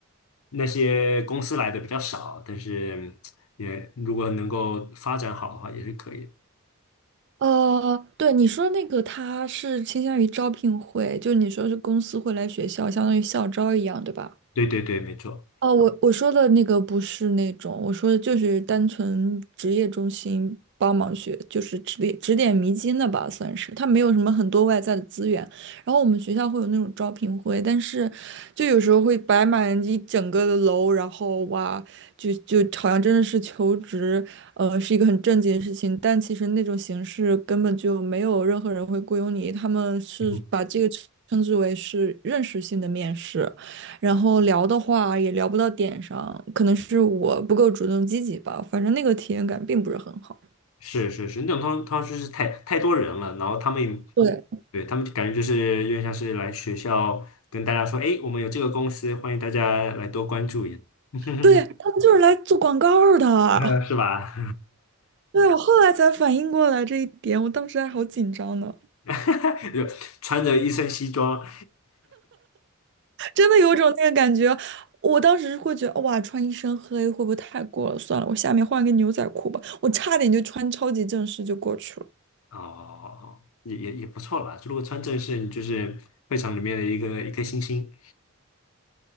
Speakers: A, on the left; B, on the right.
A: 那些公司来的比较少，但是也如果能够发展好的话，也是可以的。
B: 呃，对你说那个，他是倾向于招聘会，就你说是公司会来学校，相当于校招一样，对吧？
A: 对对对，没错，
B: 哦，我我说的那个不是那种，我说的就是单纯职业中心帮忙学，就是指点指点迷津的吧，算是。它没有什么很多外在的资源，然后我们学校会有那种招聘会，但是就有时候会摆满一整个的楼，然后哇，就就好像真的是求职，呃，是一个很正经的事情，但其实那种形式根本就没有任何人会雇佣你，他们是把这个称之为是认识性的面试。
A: 嗯
B: 然后聊的话也聊不到点上，可能是我不够主动积极吧，反正那个体验感并不是很好。
A: 是是是，那种通通常就是太太多人了，然后他们
B: 对，
A: 对他们就感觉就是有点像是来学校跟大家说，哎，我们有这个公司，欢迎大家来多关注一下。<laughs>
B: 对，他们就是来做广告儿的。
A: <laughs> 呃，是吧？
B: 对，我后来才反应过来这一点，我当时还好紧张呢，
A: <laughs> 就穿着一身西装，
B: 真的有一种那个感觉。我当时会觉得，哇，穿一身黑会不会太过了？算了，我下面换个牛仔裤吧。我差点就穿超级正式就过去了，
A: 哦，也也也不错啦。如果穿正式，你就是会场里面的一个一颗星星。